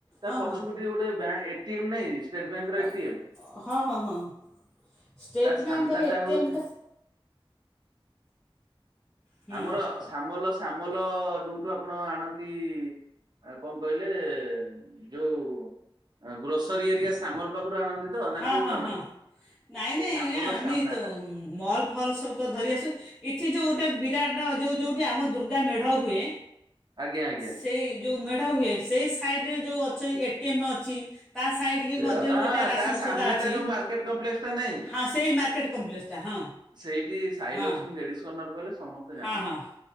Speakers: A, on the right; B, in the centre.
A: ତା
B: ହଁ
A: ପଛକୁିଟିକେ
B: ହଁ
A: ଗୋଟେ ଏଟି ନାଇଁ ଷ୍ଟେଟ ବ୍ୟାଙ୍କର
B: ହଁ
A: ଏଟି ଏ ମ୍।
B: ହଁ ହଁ ଷ୍ଟେଟ୍
A: ତା ସାମ୍ନା
B: ବ୍ୟାଙ୍କର
A: ଟା
B: ଏଟିଏମ୍ଟା
A: ହଉଚି
B: ହୁଁ
A: ଆମର ସାମ ଲ ସାମଲ ଯୋଉଠୁ ଆପଣ ଆଣନ୍ତି ଆ କଣ କହିଲେ ଯୋଉ ଗ୍ରୋସେରି ସରି ହାରିକା ସାମଲ ପାଖରୁ ଆଣନ୍ତି ତ ନା
B: ହଁ
A: କୋଉଠୁ
B: ହଁ
A: ଆଣନ୍ତି?
B: ହଁ ନାଇଁ
A: ସେ
B: ନାଇଁ
A: ସାମଲ
B: ଆଜ୍ଞା ଆମେ
A: ସାମ୍ନା
B: ତ
A: ଟା
B: ମଲ୍ ଫଲ୍ ସବୁ ତ ଧରି ଆସୁ ଏଠି ଯେଉଁ ଗୋଟେ ବିରାଟ ଯୋଉ ଯୋଉଠି ଆମ ଦୁର୍ଗା ମେଢ଼ ହୁଏ
A: ଆଜ୍ଞା ଆଜ୍ଞା
B: ସେଇ ଯୋଉ ମେଢ଼ ହୁଏ। ସେଇ ସାଇଡ ରେ ଯୋଉ ଅ ଏଟି ଏ ମ ଅଛି ତା ସା ସାଇଡ଼୍ କି
A: ହଁ
B: ମଧ୍ୟ ବି ଗୋଟେ ରାସନ
A: ତା ସାମ୍ନାଟା
B: ସୋଉଦା ଅଛି
A: ଯୋଉ ମାର୍କେଟ କମ୍ପ୍ଲେକ୍ସ ଟା ନାଇଁ
B: ହଁ ସେଇ ମାର୍କେଟ କମ୍ପ୍ଲେକ୍ସଟା ହଁ।
A: ସେଇଠି ସାଇ
B: ହଁ
A: ଲକ୍ଷ୍ମୀ ଲେଡିସ୍ କର୍ଣ୍ଣର କହିଲେ ସମସ୍ତେ
B: ହଁ
A: ଜାଣନ୍ତି।
B: ହଁ